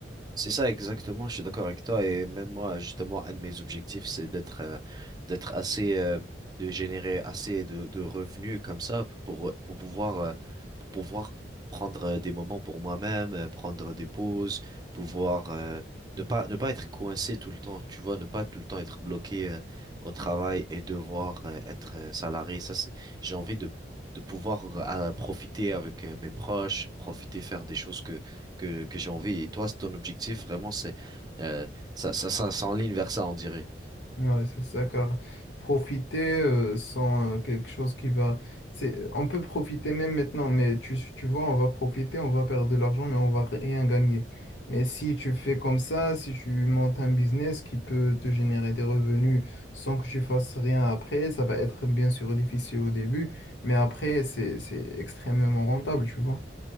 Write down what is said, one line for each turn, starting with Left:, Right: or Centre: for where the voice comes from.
Right: C'est ça exactement, je suis d'accord avec toi et même moi justement un de mes objectifs c'est d'être euh, d'être assez euh, de générer assez de, de revenus comme ça pour pour pouvoir euh, pouvoir prendre euh, des moments pour moi-même, euh, prendre des pauses, pouvoir euh, ne pas ne pas être coincé tout le temps, tu vois, ne pas tout le temps être bloqué euh, au travail et devoir euh, être euh, salarié. Ça, c'est, j'ai envie de de pouvoir euh, profiter avec euh, mes proches, profiter faire des choses que que que j'ai envie. Et toi, c'est ton objectif vraiment, c'est euh, ça ça ça s'enligne vers ça, on dirait.
Left: Ouais, c'est ça, car profiter euh, sans euh, quelque chose qui va... C'est... On peut profiter même maintenant, mais tu, tu vois, on va profiter, on va perdre de l'argent, mais on va rien gagner. Mais si tu fais comme ça, si tu montes un business qui peut te générer des revenus sans que tu fasses rien après, ça va être bien sûr difficile au début, mais après, c'est, c'est extrêmement rentable, tu vois.